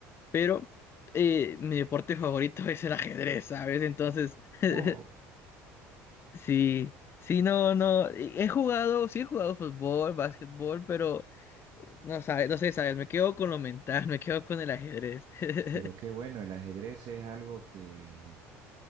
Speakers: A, on the left; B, on the right.
A: pero eh, mi deporte favorito es el ajedrez, ¿sabes? Entonces... <laughs>
B: wow.
A: Sí, sí, no, no, he jugado, sí he jugado fútbol, básquetbol, pero eh, no sabes, no sé, sabes, me quedo con lo mental, <laughs> me quedo con el ajedrez. <laughs>
B: Pero qué bueno, el ajedrez es algo que